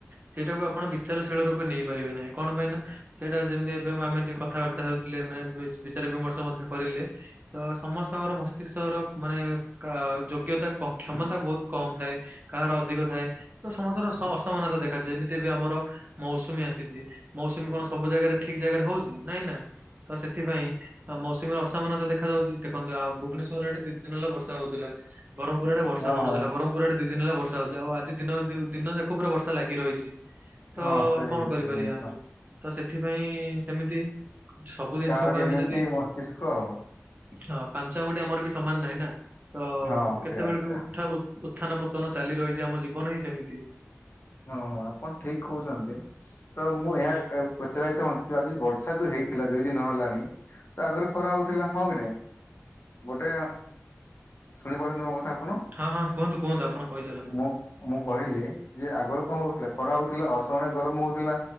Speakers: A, on the right (about 40°); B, on the left (about 60°).
A: ସେଇଟାକୁ ଆପଣ ବିଚାରଶୀଳ ରୂପେ ନେଇପାରିବେ ନାହିଁ କଣ ପାଇଁ ନା ସେଇଟା ଯେମିତି ଏବେ ଆମେ ଟିକେ କଥାବାର୍ତ୍ତା ହେଉଚୁ ଥିଲେ ମାନେ ବି -ବିଚାରି ବିମର୍ଷ ମଧ୍ୟ। କରିଲେ ତ ସମସ୍ତଙ୍କର ମସ୍ତିଷ୍କର ମାନେ କା- ଯୋଗ୍ୟତା କ କ୍ଷମତା ବହୁତ୍ କମ୍ ଥାଏ କାହାର ଅଧିକ ଥାଏ ତ ସମସ୍ତଙ୍କର ସ- ଅସମାନତା ଦେଖାଯାଏ ଏମିତି ବି ଆମର ମୌସୁମୀ ଆସିଚି ମୌସୁମୀ କଣ ସବୁ ଜାଗାରେ ଠିକ୍ ଜାଗାରେ ହଉଚି ନାଇଁ ନା। ତ ସେଥିପାଇଁ ମୌସୁମୀ ଅସମାନତା ଦେଖା ଯାଉଚି ଦେଖନ୍ତୁ ଆଉ ଭୁବନେଶ୍ୱର ଆଡେ ଯେ ଦିନେ ହେଲା ବର୍ଷା ହଉଥିଲା ବ୍ରହ୍ମୁପୁର ଆଡେ ବର୍ଷା ବର୍ଷା
B: ହୁଁ
A: ହଉନଥିଲା ବ୍ରହ୍ମପୁର ଆଡେ ଦି ଦିନ ହେଲା ବର୍ଷା ହଉଚି ଆଉ ଆଜି ଦିନ- ଦିନଯାକ ପୁରା ବର୍ଷା ଲାଗି ରହିଚି। ତ
B: ହଁ ସେଇ
A: କଣ କରିପାରିବା
B: ସେ ଜିନିଷ
A: ଆମେ ତ ସେଥିପାଇଁ ସେମିତି ସବୁ ଜିନିଷକୁ
B: କାହାର କେମିତି
A: ଆମେ ଯଦି
B: ମସ୍ତିଷ୍କ ଆଉ।
A: ହଁ ପାଞ୍ଚ ଆଙ୍ଗୁଠି ଆମର ବି ସମାନ୍ ନାହିଁ ନା ତ
B: ହଁ
A: କେତେବେଳେ
B: ସେଇଆ ସେଇଆ।
A: ବି ହଉ ତ ଉ-ଉତ୍ଥାନ ପତନ ଚାଲି ରହିଚି ଆମ ଜୀବନ ହିଁ ସେମିତି।
B: ହଁ- ହଁ ଆପଣ ଠିକ୍ କହୁଚନ୍ତି। ତ ମୁଁ ଏହା କ-ପଚାରିବାକୁ ଚାହୁଁଚି ଯଉ ଆଜି ବର୍ଷା ଯଉ ହେଇଥିଲା ଦୁଇ ଦିନ ହେଲାଣି ତ ଆଗୁରୁ ଖରା ହଉଥିଲା ହଁ କି ନାଇଁ ଗୋଟେ ଆ ଶୁଣିପାରୁଚନ୍ତି ମୋ କଥା ଆପଣ?
A: ହଁ- ହଁ କୁହନ୍ତୁ -କୁହନ୍ତୁ ଆପଣ କହିଚାଲନ୍ତୁ।
B: ମୁଁ ମୁଁ କହିଲି ଯେ ଆଗରୁ କଣ ହଉଥିଲା ଖରା ହଉଥିଲା ଅସହାୟ ଗରମ୍ ହଉଥିଲା